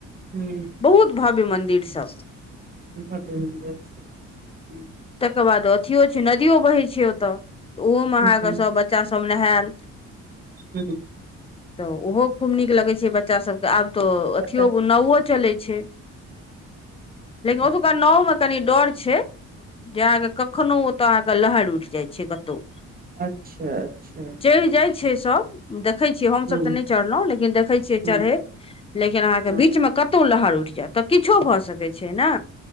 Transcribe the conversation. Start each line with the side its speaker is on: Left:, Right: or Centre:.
Right: हूँ
Left: बहुत भव्य मन्दिर सब
Right: मन्द छै हऽ।
Left: तकर बाद अथियो छै, नदियो बहै छै ओतय तऽ ओहोमे
Right: हूँ
Left: अहाँके सभ बच्चासभ नहायल।
Right: हूँ
Left: तऽ ओहो खूब नीक लगै छै बच्चा बच्चासभके आब तऽ
Right: हँ
Left: अथिओ नावो चलै छै। लेकिन ओतुक्का नावमे कनि डर छै। जे अहाँके कखनो ओतय लहरि उठि जाइत छै कतहु।
Right: अच्छा, अच्छा।
Left: चढ़ि जाइ छै सब देखै छियै हम
Right: हँ
Left: सब तऽ नहि चढ़लहुॅं लेकिन देखै छियै
Right: हँ
Left: चढ़ैत लेकिन अहाँके
Right: हँ
Left: बीचमे कतहु लहरि उठि जायत तऽ किछु भऽ सकैत छै ने।